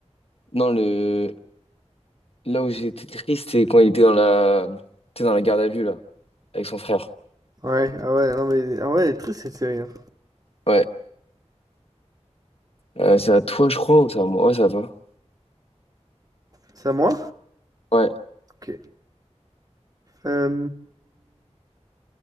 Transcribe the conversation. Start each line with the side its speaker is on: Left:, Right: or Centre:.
Left: Non, le... Là où j'étais triste, c'est quand il était dans la... t'es dans la garde à vue, là, avec son frère.
Right: Ouais, ah ouais, non mais ah ouais, elle est triste cette série. hein.
Left: Ouais. Euh, c'est à toi, je crois, ou c'est à moi? Ouais, c'est à toi.
Right: C'est à moi?
Left: Ouais.
Right: Ok. Euh,